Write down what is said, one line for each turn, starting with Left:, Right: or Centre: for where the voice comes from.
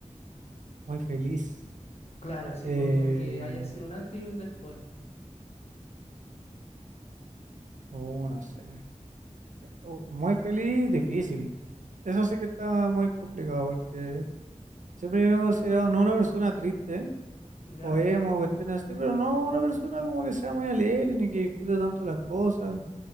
Right: Muy feliz.
Left: Claro, así
Right: Eh,
Left: como que haya sido un antes y un después,
Right: uh, no sé. eh, Uh, Muy feliz, difícil. Eso sí que estaba muy complicado porque... Siempre me he considerado no una persona triste,
Left: ¿ya?
Right: o emo, o cuestiones así, pero no una persona como que sea muy alegre ni que disfrute tanto las cosas.